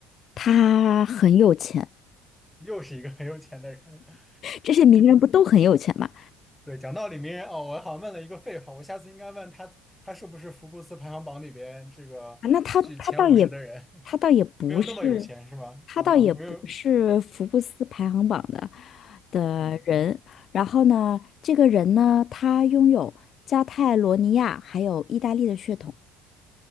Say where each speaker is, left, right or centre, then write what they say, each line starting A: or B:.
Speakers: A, on the left; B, in the centre.
A: 他很有钱，
B: 又是一个很有钱的人。<laughs>
A: 这些名人不都很有钱吗？
B: 对，讲道理，名人哦，我好像问了一个废话，我下次应该问他，他是不是福布斯排行榜里边这个居前五十的人？
A: 啊，那他他倒也他倒也不是，
B: 没有那么有钱是吧？
A: 他倒也不是福布斯排行榜的
B: 啊，没有，
A: 的人。
B: 嗯，
A: 然后呢，这个人呢，他拥有加泰罗尼亚还有意大利的血统。